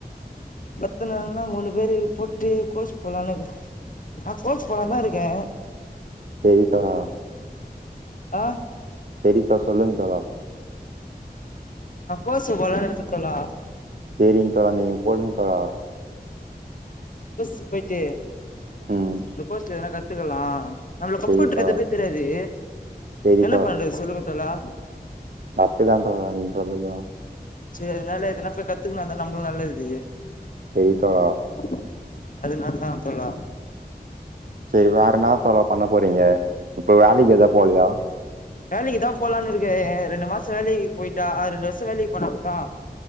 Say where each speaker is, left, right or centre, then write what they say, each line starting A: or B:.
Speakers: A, on the left; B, on the right.
A: ஒர்த்த இன்னாடானா மூணு பேரு போட்டு கோசு போலானுகிற நா கோச் போலான்தா இருக்கே
B: செரி தோழா
A: ஆ
B: செரித்தா சொல்லுங்க தோழா
A: நா கோச்சு போலான்னு இருக்கே தோழா
B: சேரிங்க தோழா நீங்க போடுங்க தோழா
A: கோஸ் போயிட்டு
B: ம்
A: இந்த கோர்ஸ் ல என்ன கத்துக்கலா நம்ளுக்கு கம்ப்யூட்டர்
B: செரி தோழா
A: எதுமே தெரியாது
B: செரி
A: என்ன பண்றது சொல்லுங்க தோழா
B: கரட்டுதா தோழா நீங்க சொல்றது
A: செரி அதனால எதனா போயி கத்துக்கனா தான நம்மளு நல்லது
B: செரி தோழா
A: ம் அதுனாலதா தோழா
B: செரி வேறன்னா தோழா பண்ண போறீங்க இப்ப வேலைக்கு எதா போலையா
A: வேலைக்கு தா போலான்னு இருக்கே ரெண்டு மாச வேலைக்கு போயிட்டா ஆ ரெண்டு வருஷோ வேலைக்கு போனாக்கூட